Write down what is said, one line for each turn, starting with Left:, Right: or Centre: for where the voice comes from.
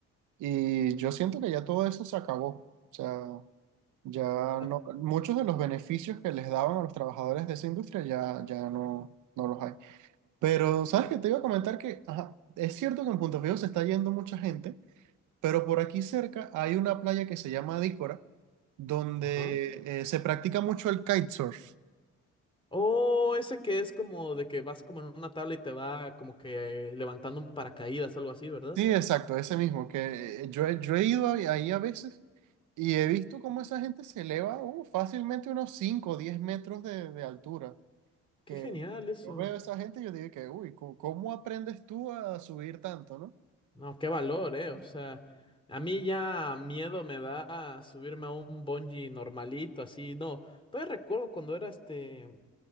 Right: Y yo siento que ya todo eso se acabó. O sea, ya
Left: Ah,
Right: no, muchos de los beneficios que les daban a los trabajadores de esa industria ya, ya no, no los hay. Pero, ¿sabes qué? Te iba a comentar que, ajá, es cierto que en Punto Fijo se está yendo mucha gente, pero por aquí cerca hay una playa que se llama Adícora, donde
Left: Ajá.
Right: eh, se practica mucho el kitesurf.
Left: Oh, ese que es como de que vas como en una tabla y te va como que eh, levantando un paracaídas, algo así, ¿verdad?
Right: Sí, exacto, ese mismo, que eh, yo, he- yo he ido ahí ahí a veces y he visto cómo esa gente se eleva uh, fácilmente unos 5 o 10 metros de, de altura.
Left: Qué
Right: que
Left: genial eso.
Right: yo veo a esa gente y yo digo que, uy, co- ¿cómo aprendes tú a subir tanto, no?
Left: No, qué valor, eh. O sea, a mí ya miedo me da subirme a un bungee normalito, así. No, todavía recuerdo cuando era este